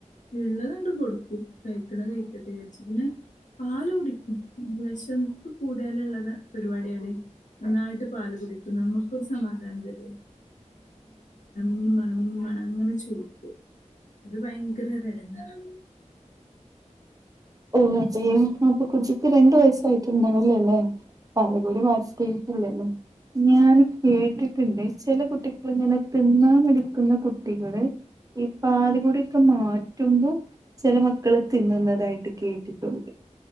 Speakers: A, on the left; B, on the right.
A: വിള്ള കണ്ട് കൊടുക്കും കഴിക്കണ കഴിക്കട്ട് വിചാരിച്ചു പിന്നെ പാല് കുടിക്കും വിശപ്പ് കൂടിയാല ഉള്ളത് പരിപാടിയണെങ്കിൽ നന്നായിട്ട് പാല് കുടിക്കും നമുക്കൊരു സമാധാനം തരില്ല മിഞ്ഞുമാേണം മിഞ്ഞുമാേണം അങ്ങനെ ചോദിക്കു അത് ഭയങ്കരടങ്ങറാ
B: ഓ അപ്പൊ കുട്ടിക്ക് രണ്ട് വയസ് ട്ടയിട്ടുണ്ടില്ലേ അല്ലേ പാലഗൂടി മാർച് കേട്ടില്ലല്ലോ ഞാൻ കേട്ടിട്ടുണ്ട് ചില കുട്ടികളി ഇങ്ങനെ തിന്ന എടുക്കുന്ന കുട്ടികള് ഈ പാലുകൂടി ഒക്കെ മാറ്റുമ്പോ ചില മക്കള് തിന്നുന്നതായിട്ട് കേട്ടിട്ട് ട്ടിട്ടുണ്ട്